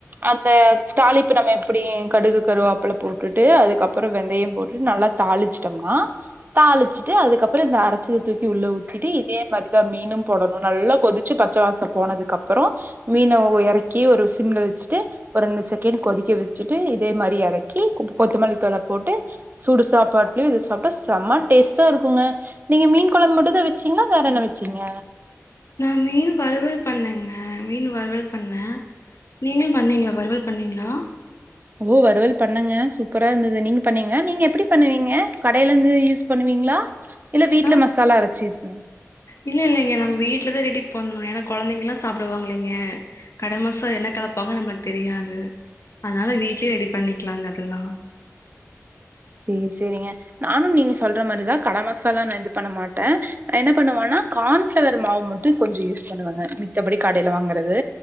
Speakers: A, on the right (about 35°); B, on the left (about 60°).
A: அந்த தாளிப்பு நம்ப எப்பிடி கடுகு கருவாப்பில போட்டுட்டு அதுக்கப்புறோ வெந்தயம் போட்டுட்டு நல்லா தாளிச்சிட்டோம்னா தாளிச்சிட்டு அதுக்கப்புறம் இந்த அரைச்சத தூக்கி உள்ள ஊத்திட்டு இதே மாதிரிதான் மீனும் போடணும் நல்லா கொதி ச்சு பச்சவாசோ போனதுக்கு அப்புறோம் மீன ஒ எறக்கி ஒரு சிம்ல வச்சுட்டு ஒரு ரெண்டு செக்கண்ட் கொதிச் வச்சுட்டு இதே மாதிரி எறக்கி கொத்தமல்லி தழை போட்டு சூடு சாப்பாட்டுலயும் இது சாப்பிட்டா செம் ம டேஸ்ட்டா இருக்குங்க நீங்க மீன் கொழம்பு மட்டும்தான் வச்சீங்களா வேற என்ன வச்சீங்க
B: நான் மீன் வறுவல் பண்ணேங்க மீன் வறுவல் பண்ணே நீங்களும் பண்ணீங்களா வறுவல் பண்ணீங்களா?
A: ஓ வறுவல் பண்ணேங்க சூப்பரா இருந்தது நீங்க பண்ணீங்களா நீங்க எப்பிடி பண்ணுவீங்க கடையில இருந்து யூஸ் பண்ணுவீங்களா இல்ல வீட்ல
B: ஆ
A: மசாலா அரச்சு யூஸ் பண்ணுவு
B: இல்ல இல்லேங்க நம்ம வீட்டுலதான் ரெடி பண்ணணும் ஏன்னா குழந்தைங்களாம் சாப்பிடுவாங்கல்லேங்க கட மசாலா எனக்கு என்ன கலப்பாங்க நம்மளுக்கு தெரியாது அதனால வீட்லயே ரெடி பண்ணிக்கலாங்க அதெல்லாம்
A: சேர் செரிங்க நானும் நீங்க சொல்ற மாதிரிதான் கட மசாலா நான் இது பண்ண மாட்டேன் நான் என்ன பண்ணுவேன்னா கான்ஃப்ளவர் மாவு மட்டும் கொஞ்சம் யூஸ் பண்ணுவேங்க மித்தபடி கடையில வாங்குறது